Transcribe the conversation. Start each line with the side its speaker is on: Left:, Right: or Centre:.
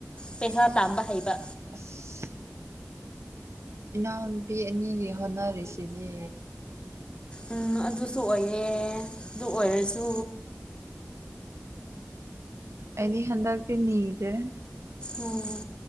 Left: ꯄꯩꯁꯥ ꯇꯝꯕ ꯍꯩꯕ
Right: ꯑꯁ ꯏꯅꯥꯎꯅꯨꯄꯤ ꯑꯅꯤꯒꯤ ꯍꯣꯠꯅꯔꯤꯁꯤꯅꯦ
Left: ꯎꯝ ꯑꯗꯨꯁꯨ ꯑꯣꯏꯌꯦ ꯑꯗꯨ ꯑꯣꯏꯔꯁꯨ
Right: ꯑꯩꯗꯤ ꯍꯟꯗꯒꯇꯅꯤꯗ꯭ꯔꯦ
Left: ꯑꯣ